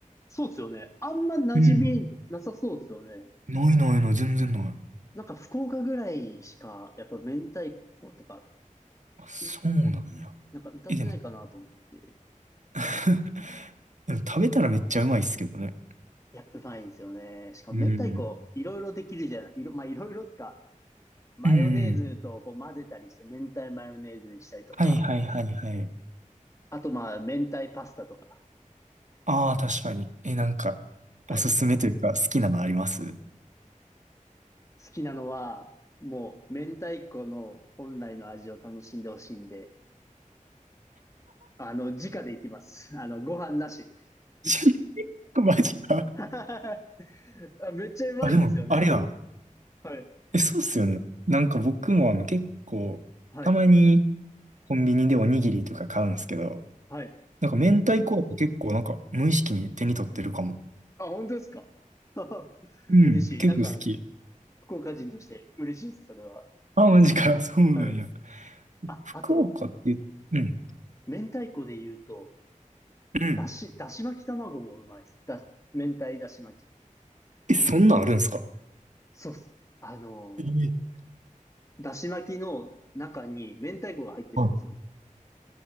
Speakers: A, on the left; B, on the right.
A: そうっすよね。あんま馴染みなさそうっすよね。
B: うん。ないないない、全然ない。
A: なんか福岡ぐらいしか、やっぱ明太子とか、
B: あ、そうなんや。
A: う、なんか歌ってないかなと思って。
B: え、でも、<laughs> でも食べたらめっちゃうまいっすけどね。
A: いや、うまいんですよね。しかも明太子、
B: うん。
A: いろいろできるじゃない、いろ、まあいろいろっすか、マヨネーズとこう混ぜたりして、
B: うん。
A: 明太マヨネーズにしたりとか、
B: はいはいはいはい。
A: あとまあ、明太パスタとか。
B: ああ、確かに。え、なんか、
A: はい。
B: おすすめというか、好きなのあります
A: 好きなのは、もう、明太子の本来の味を楽しんでほしいんで、あの、直でいきます。あの、ご飯なし。
B: <laughs> マジか。
A: <laughs> あめっちゃうまいんですよね。
B: あ、でも、あれや。
A: はい。
B: え、そうっすよね。なんか僕もあの結構、
A: はい。
B: たまにコンビニでおにぎりとか買うんですけど、
A: はい。
B: なんか明太子って結構なんか無意識に手に取ってるかも。
A: あ、本当ですか <laughs>
B: うん、
A: 嬉しい。
B: 結構好き。
A: なんか、福岡人として嬉しいです、それは。
B: あ、マジか。<laughs> そうなんや。
A: はい。あ、
B: 福岡って、
A: あと、
B: うん。
A: 明太子で言うと、
B: うん。
A: だし、だし巻き卵もうまいです。だ、明太だし巻き。
B: え、そんなんあるんすか
A: そうっす。あの
B: ええ
A: ー、だし巻きの中に明太子が入ってるんですよ。
B: はい